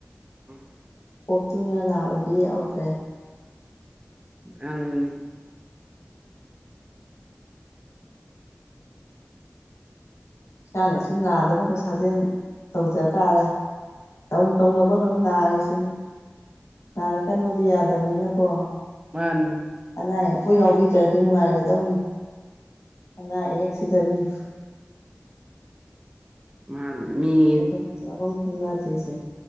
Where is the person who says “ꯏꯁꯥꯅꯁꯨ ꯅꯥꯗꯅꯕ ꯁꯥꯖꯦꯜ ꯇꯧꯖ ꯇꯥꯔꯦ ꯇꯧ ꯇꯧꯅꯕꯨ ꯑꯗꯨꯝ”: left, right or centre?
Left